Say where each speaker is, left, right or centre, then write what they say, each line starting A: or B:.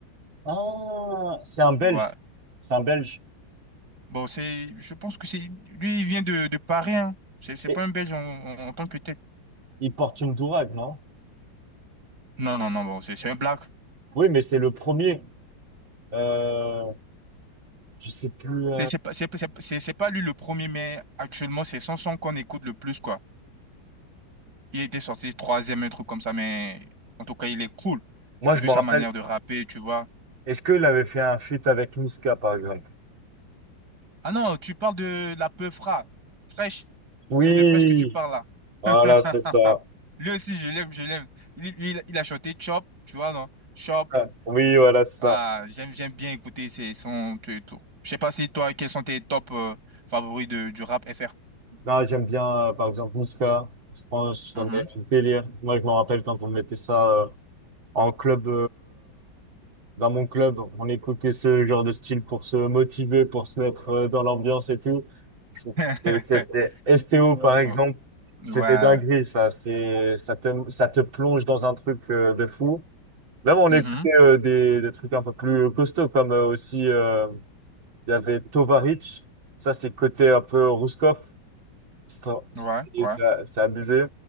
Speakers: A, on the right; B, on the right.
A: Ah, c'est un Belge.
B: Voilà.
A: C'est un Belge.
B: Bon, c'est... Je pense que c'est... Lui, il vient de, de Paris, hein. C'est c'est
A: Et
B: pas un Belge en, en- en tant que tel.
A: il porte une dourague, non?
B: Non, non, non, bon, c'est c'est un black.
A: Oui, mais c'est le premier. Euh, je sais plus. euh,
B: C'est c'est pas, c'est- c'est- c'est- c'est pas lui le premier, mais actuellement, c'est son son qu'on écoute le plus, quoi. Il était sorti troisième, un truc comme ça, mais en tout cas, il est cool,
A: Moi,
B: vu
A: je me
B: sa
A: rappelle.
B: manière de rapper, tu vois.
A: Est-ce qu'il avait fait un feat avec Niska, par exemple?
B: Ah non, tu parles de la Peufra, fraîche.
A: Oui,
B: C'est de fraîche que tu parles
A: voilà,
B: là.
A: c'est ça.
B: <laughs> Lui aussi, je l'aime, je l'aime. Il, lui, il il a chanté Chop, tu vois, non? Chop.
A: Ah, Oui, voilà, c'est
B: Ah,
A: ça.
B: j'aime, j'aime bien écouter ses sons, tout et tout. Je sais pas si toi, quels sont tes top euh, favoris de, du rap FR?
A: Non, j'aime bien, euh, par exemple, Niska. Je pense que ça
B: Mhm.
A: me fait un délire. Moi, je me rappelle quand on mettait ça euh, en club. dans mon club, on écoutait ce genre de style pour se motiver, pour se mettre euh, dans l'ambiance et tout. C'était
B: <laughs>
A: c'était- STO, par exemple,
B: Oh, Ouais.
A: c'était dinguerie, ça. C'est, ça te, ça te plonge dans un truc euh, de fou. Même on
B: Mhm.
A: écoutait euh, des, des trucs un peu plus costauds, comme euh, aussi, euh, il y avait Tovarich. Ça, c'est côté un peu Rouskov. C'est
B: Ouais,
A: c'est-
B: ouais.
A: c'est- c'est abusé.